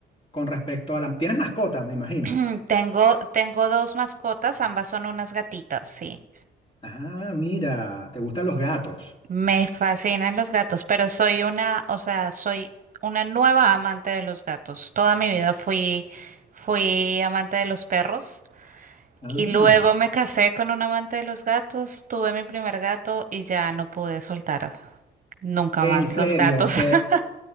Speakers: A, on the left (about 30°); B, on the right (about 40°).
A: con respecto a la... ¿Tienes mascota, me imagino?
B: <clears throat> Tengo, tengo dos mascotas, ambas son unas gatitas, sí.
A: Ah, mira, ¿te gustan los gatos?
B: Me fascinan los gatos, pero soy una, o sea, soy una nueva amante de los gatos. Toda mi vida fui, fui amante de los perros.
A: Ah,
B: Y luego me casé con un amante de los gatos, tuve mi primer gato y ya no pude soltar nunca
A: en
B: más
A: serio,
B: los gatos.
A: te,
B: <laughs>